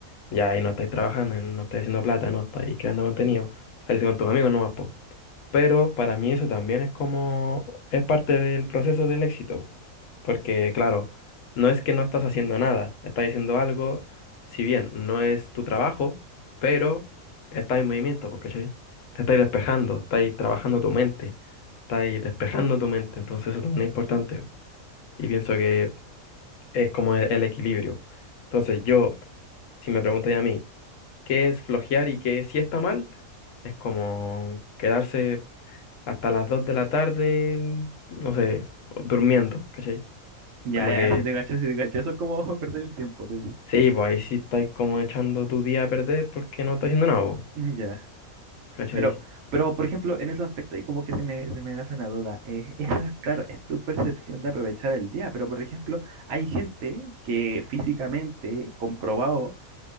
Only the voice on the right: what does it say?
Ya,
ya,
si te cacho, si te cacho, eso es como <laughs> perder el tiempo. te
Ya.
Pero, pero, por ejemplo, en esos aspectos ahí como que se me, se me nace una duda. Eh, esa, claro, es tu percepción de aprovechar el día, pero, por ejemplo, hay gente que físicamente, comprobado,